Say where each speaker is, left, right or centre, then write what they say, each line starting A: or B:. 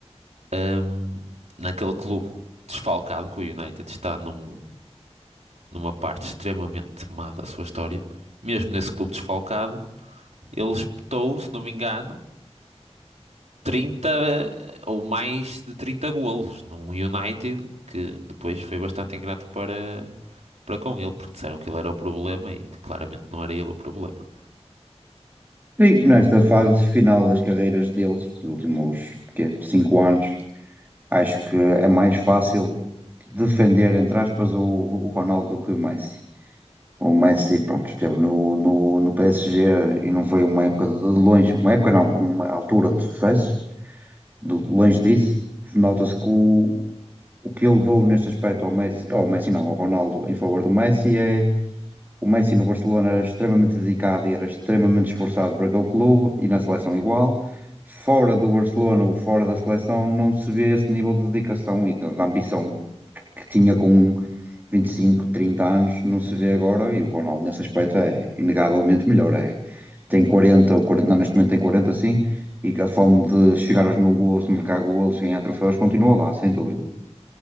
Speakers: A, on the right; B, on the right.
A: ahm, naquele clube desfalcado que o United está num- numa parte extremamente má da sua história. Mesmo nesse clube desfalcado, ele espetou, se não me engano, 30 ou mais de 30 golos num United que depois foi bastante ingrato para, para com ele, porque disseram que ele era o problema e claramente não era ele o problema.
B: Sim, nesta fase final das carreiras deles, dos últimos quê, cinco anos, acho que é mais fácil defender, entre aspas, o, o Ronaldo do que o Messi. O Messi, pronto, esteve no, no, no PSG e não foi uma época de de longe, uma época não, uma altura de sucesso, de longe disso. Nota-se que o, o que eu dou neste aspecto ao Messi, ao Messi não, ao Ronaldo, em favor do Messi é o Messi no Barcelona era extremamente dedicado e era extremamente esforçado para aquele clube e na seleção igual. Fora do Barcelona ou fora da seleção, não se vê esse nível de dedicação e da, da ambição que tinha com 25, 30 anos, não se vê agora. E o Ronaldo, nesse aspecto, é inegavelmente melhor. É, tem 40 ou 40, não, neste momento tem 40, sim, e que a fome de chegar aos mil golos, de marcar golos, ganhar troféus, continua lá, sem dúvida.